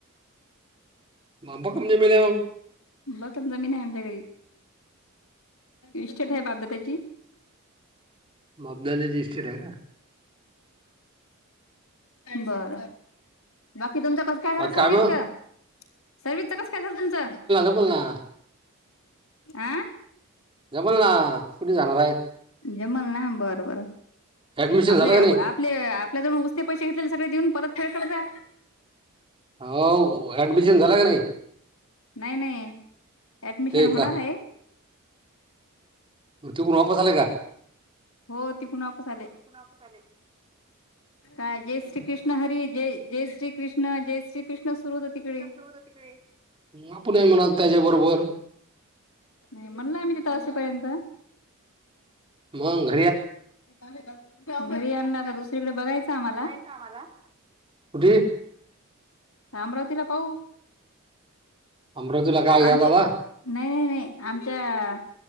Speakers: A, on the right (about 25°); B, on the left (about 75°).
A: <unintelligible>
B: <unintelligible> जमीन आहे आमच्या घरी. इस्टेट बाबदा त्याची,
A: मबदालीची इस्टेट आहे का
B: बरं बाकी, तुम कसं. काय झालं
A: आ,
B: सर्विसच,
A: मग
B: सर्विसच कस काय झालं तुमचं.
A: बगा,
B: आं.
A: जमल ना, कुठे जाणार आहे
B: जमल ना, बर बर
A: ऍडमिशन
B: आपले
A: झालं का
B: अॅप
A: नाही
B: आपले आपल्याजवळ उसने पैसे घेतलेल, सगळे देऊन परत <unintelligible>
A: हो ऍडमिशन झाला का नाही.
B: नाही नाही ऍडमिशन
A: ते,
B: होणार
A: का
B: आहे
A: तिकून वापस आले का?
B: हो, तिकुण वापस आले.
A: <unintelligible> वापस आले.
B: काय जय श्री कृष्ण हरी, जय जय श्री कृष्ण जय, श्री कृष्ण सुरू होतं तिकडे,
A: आपण हाय म्हणाल, त्याच्या बरोबर.
B: मी म्हणलं, आम्ही तिथं तसेपर्यंत.
A: मंग,
B: घरी आणंला का, दुसरीकडे बघायचा आम्हाला.
A: कामाला, कुठे
B: आम्रावतीला पाहू
A: अमरावतीला काय घ्या
B: आमचें.
A: दादा
B: नाही नाही नाही. आमच्या